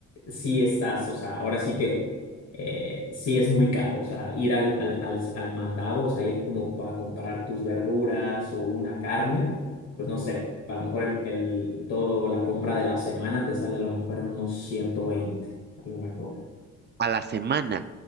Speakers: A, on the left; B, on the right.
A: sí estás, o sea, ahora sí que eh, sí es muy caro, o sea, ir al, al, al, al mandado, o sea, ir como para comprar tus verduras o una carne, pues no sé, a lo mejor el, el, toda la compra de la semana te sale a lo mejor en unos 120 a lo mejor,
B: A la semana.